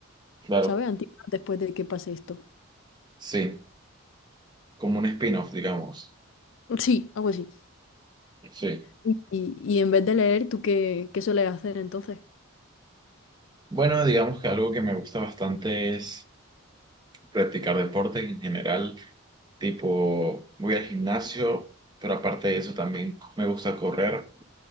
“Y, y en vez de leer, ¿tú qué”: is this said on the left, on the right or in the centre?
Left